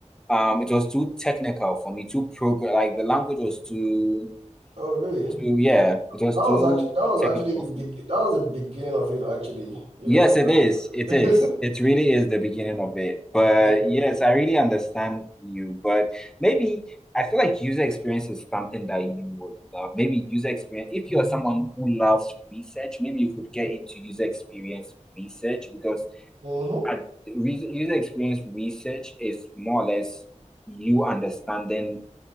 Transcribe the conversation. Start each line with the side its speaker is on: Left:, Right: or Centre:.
Centre: um it was too technical for me, too program like the language was too
Right: Oh, really?
Centre: too yeah, it was
Right: That
Centre: too
Right: was actually that was
Centre: technical
Right: actually the big
Centre: for me.
Right: that was the beginning of it actually, you
Centre: Yes,
Right: know.
Centre: it is. It
Right: <laughs>
Centre: is. It really is the beginning of it. But
Right: Yeah.
Centre: yes, I really understand you. But maybe I feel like user experience is something that you would love. Maybe user experience, if you are someone who loves research, maybe you could get into user experience research because
Right: Mm-hmm.
Centre: at re user experience research is more or less you understanding